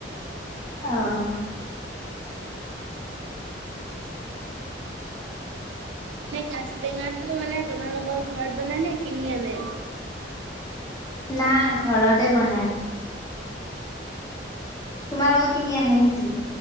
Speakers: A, on the left (about 20°); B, on the right (about 75°).
A: অহ। <inaudible>
B: এ গাজ টেঙাটো মানে তোমালোকৰ ঘৰত বন নে কিনি আনে।
A: নাই ঘৰতে বনায়। তোমালোকৰ কিনি আনে নেকি।